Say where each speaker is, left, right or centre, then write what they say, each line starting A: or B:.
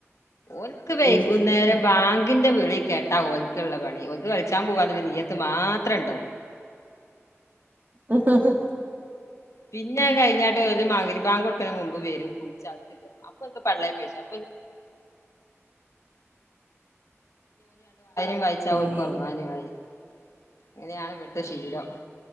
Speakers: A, on the left (about 85°); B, on the right (about 40°).
A: ഒൽക്ക് വൈകുന്നേരം
B: ഉം ഉം
A: ബാങ്കിന്റെ വിളി കേട്ടാ ഒല്ക്കുള്ള പണി ഒൽക്ക് കളിച്ചാൻ പോവാന് നീയത്ത് മാത്രം ഇണ്ടാവൂ പ്
B: ഉ ഉ ഉ
A: പിന്നെ കഴിഞ്ഞട്ട് ഒരു മകരി ഭാങ്ക് കൊടുക്കണ മുൻപ് വരും. കുളിച്ചത്ത് അപ്പൊ എന്ത പള്ള പൈ അ <unintelligible> വായിച്ചാ
B: ഏഹ്
A: ഒരു കുറന്നാല് മായി അങ്ങനെയാണ് ഇവിടുത്തെ ശിലം.